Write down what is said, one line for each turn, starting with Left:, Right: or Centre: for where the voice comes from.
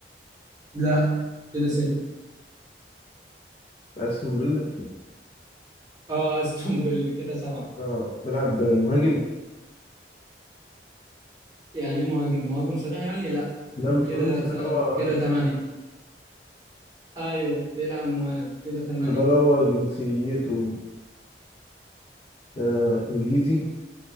Right: لا كده ست
Left: أستون فيلا
Right: اه استون فيلا كده سبعه
Left: آه بيلعب مهاجم
Right: يعني مهاجم مهاجم صريح يعني لا
Left: لا مش
Right: كده
Left: مهاجم بس
Right: ت-
Left: لا هو
Right: كده ثمانيه ايوه بيلعب مهاجم كده ثمانيه
Left: طب هل هو جنسيته آه إنجليزي